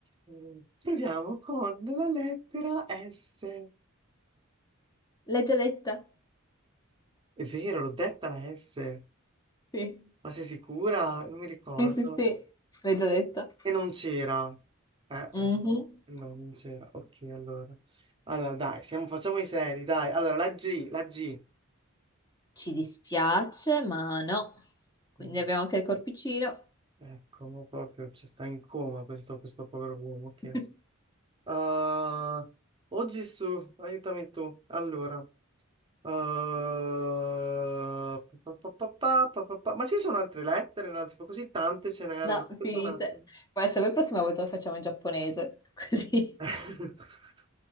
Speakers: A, on the right; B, on the left.
A: eh, proviamo con la lettera S.
B: L'hai già detta?
A: È vero, l'ho detta la S,
B: Sì,
A: ma sei sicura? Non mi ricordo.
B: sì, sì, sì. L'hai già detta.
A: E non c'era. Eh,
B: Mhm.
A: eh, no, non c'era. Ok, allora. Allora, dai, siamo- facciamo i seri, dai. Allora, la G, la G.
B: Ci dispiace, ma no. Quindi
A: Mm.
B: abbiamo anche il corpicino.
A: Ecco, ma proprio cioè, sta in coma questo, questo povero uomo. Che...
B: <laughs>
A: as- Ah, oh Gesù, aiutami tu. Allora, ah, pa- pa- pa- pa- pa- pa- pa- ma ci sono altre lettere, in altre- così tante ce n'erano.
B: No,
A: Aspetta
B: finite.
A: un attimo.
B: Ma se vuoi, prossima volta lo facciamo in giapponese. <laughs> Così.
A: <laughs>